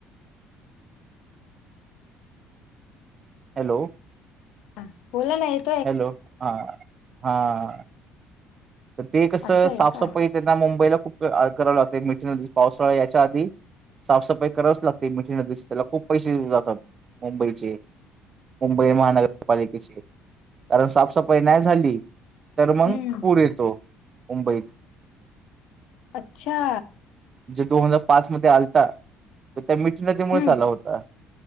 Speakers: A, on the right (about 35°); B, on the left (about 75°).
A: हॅलो!
B: हा, बोलला नाहीत.
A: हॅलो, हा, हा. तर ते कसं,
B: असं आहे
A: साफसफाई
B: का?
A: त्यांना मुंबईला खूप करावी लागते मिठी नदीची, पावसाळा यायच्या आधी. साफसफाई करावीच लागते मिठी नदीची, त्याला खूप पैसे जातात मुंबईचे. मुंबई महानगरपालिकेचे, कारण साफसफाई नाही झाली तर मग,
B: हम्म
A: पूर येतो मुंबईत.
B: अच्छा!
A: जे दोन हजार पाच मध्ये आलता. तो त्या मिठी नदीमुळेच
B: हम्म
A: आला होता,